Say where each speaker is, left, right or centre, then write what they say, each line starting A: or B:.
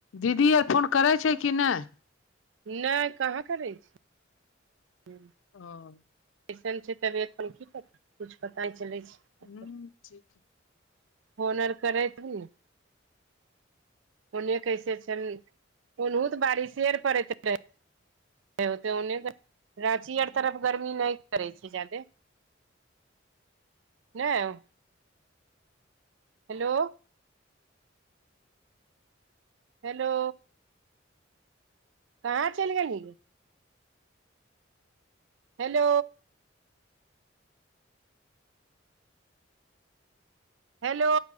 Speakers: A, on the left; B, on the right.
A: दीदी आर फोन करै छै कि नहि
B: नहि कहाँ करै छी हूँ
A: ह
B: इसन छै तबियत पर की कर किछु पता चलै छै
A: हूँ ठीक
B: होनर करैत न ओने कैसे छ ओनहुत बारिशे पड़ैत रहे होते ओन्ने राँची आर तरफ गर्मी नहि करै छै जा्यदे नहि हेलो हेलो कहाँ चल गेलही ने हेलो हेलो